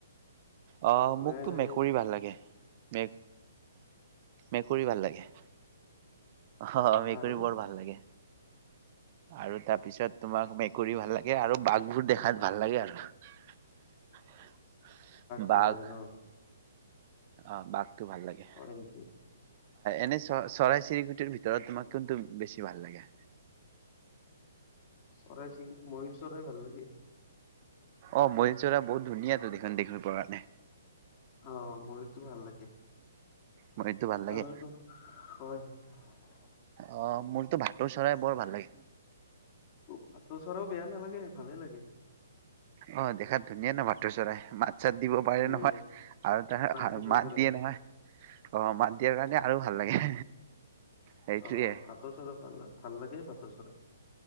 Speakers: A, on the right; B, on the left.
A: অ,
B: নাই
A: মোকতো মেকুৰী ভাল লাগে মেক মেকুৰী ভাল লাগে। অ' মেকুৰী
B: আৰু
A: বৰ ভাল লাগে। আৰু তাৰপিছত তোমাক মেকুৰী ভাল লাগে আৰু বাঘবোৰ দেখাত ভাল লাগে আৰু।
B: ভাল
A: বাঘ,
B: লাগে ন
A: অ' বাঘ। টো ভাল লাগে। অ,
B: হয় নেকি
A: এনে চ চৰাই চিৰিকটিৰ ভিতৰত তোমাক কোনটো বেছি ভাল লাগে।
B: চৰাই চিৰি ময়ুৰ চৰাই ভাল লাগে।
A: অ, ময়ুৰ চৰাই বহুত ধুনীয়া তো দেখোন দেখিব কাৰণে।
B: অ, ময়ুৰতো ভাল লাগে।
A: ময়ুৰটো ভাল লাগে
B: আৰু তোমাৰ হয় হয়।
A: অ, মোৰতো ভাটৌ চৰাই বৰ ভাল লাগে।
B: ভাতৌ চৰাইও বেয়া নালাগে ভালে লাগে।
A: অ, দেখাত ধুনীয়া ন ভাটৌ চৰাই। মাত চাত দিব পাৰে
B: ধুনীয়া
A: নহয় আৰু তা
B: দিব
A: মাত
B: পাৰে
A: দিয়ে নহয়। অ, মাত দিয়াৰ কাৰণে আৰু ভাল লাগে। সেইটোয়ে
B: অ, ভাটৌ চৰা ভাল ভাল লাগে ভাটৌ চৰাই।